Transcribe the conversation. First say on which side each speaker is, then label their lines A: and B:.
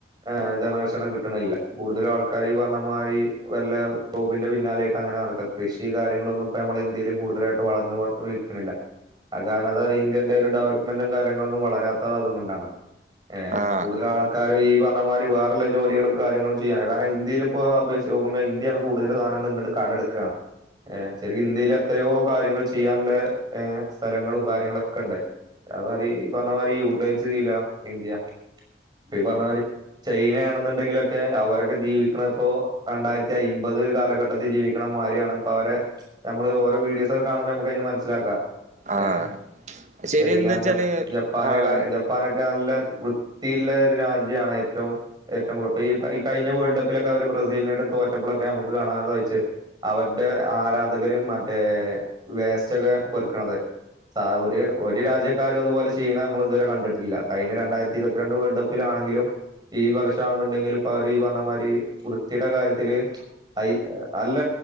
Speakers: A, on the right; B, on the right.
A: ഏ ജനവേഷണം കിട്ടണില്ല കൂടുതലും ആൾക്കാർ ഈ പറഞ്ഞമാതിരി വല്ല ജോബിന്റെ പിന്നാലെയിട്ട് അങ്ങനെ നടക്കാം കൃഷി കാര്യങ്ങളൊന്നും ഇ നമ്മള ഇന്ത്യയിൽ കൂടുതലായിട്ട് വളർന്ന് വിൽക്കണില്ല ആ കാരണം അതത് ഇന്ത്യന്റെ ഒരു ഡെവലപ്മെന്റും കാര്യങ്ങളൊന്നും വളരാത്തത് അതുകൊണ്ടാണ് ഏ
B: ആഹ്
A: കൂടുതൽ ആള് ക്കാര ഈ പറഞ്ഞ മാതി വേറല്ല ജോലികും കാര്യങ്ങളും ചെയ്യാന കാര ഇന്ത്യയി ഇപ്പോ അപേക്ഷിച്ചു നോക്കുമ്പോ ഇന്ത്യയാണ് കൂടുതൽ സാധനങ്ങ ഇങ്ങട് കടം എടുക്കയാണ് ശരിയ ഇന്ത്യയിൽ എത്രയോ കാര്യങ്ങൾ ചെയ്യാനുള്ള സ്ഥലങ്ങളും കാര്യങ്ങളൊക്കെ ഉണ്ട് അ മാ ഈ പറഞ്ഞ മാതി യൂട്ടിലൈസ് ചെയില ഇന്ത്യ അപ്പ പറഞ്ഞ മാരി ചൈനയാണെന്നുണ്ടെങ്കിലൊക്കെ അവരൊക്കെ ജീവിക്കണ ഇപ്പോ രണ്ടായിരത്തി അമ്പത് കാലഘട്ടത്തിൽ ജീവ മാര്യാണ് ഇപ്പൊ അവരെ നമ്മള് ഓരോ വീഡിയോസൊക്കെ കാണുമ്പോ നമുക്ക് അതിന്ന് മനസ്സിലാക്കാം
B: ആഹ്
A: ഏഹ്
B: ശരി
A: ചൈന
B: എന്താ വെച്ചാല്
A: ജപ്പ ജപ്പാനക്കാര
B: ആഹ്
A: ജപ്പാനക്ക നല്ല വൃത്തിള്ള ഒരു രാജ്യമാണ് ഏറ്റവും ഏറ്റവും കൂടുപ്പ ഈ കഴിഞ്ഞ വേൾഡ് കപ്പിലൊക്കെ അവര് ബ്രസീലിനോട് തോറ്റപ്പഴൊക്കെ നമുക്ക് കാണാൻ സായിച്ചു അവരുടെ ആരാധകര് മറ്റേ വേസ്റ്റ് ഒക്കെ പെറ്ക്കണത് സ ഒരു ഒരു രാജ്യക്കാരും അതുപോലെ ചെയ്യണ നമ്മൾ ഇതുവരെ കണ്ടിട്ടില്ല കഴിഞ്ഞ രണ്ടായിരത്തി ഇരുത്തി രണ്ട് വേൾഡ് കപ്പിലാണെങ്കിലും ഈ വർഷാന്നുണ്ടെങ്കിൽ ഇപ്പൊ അവര് ഈ പറഞ്ഞമാതിരി വൃത്തിയുടെ കാര്യത്തില് അയി അല്ല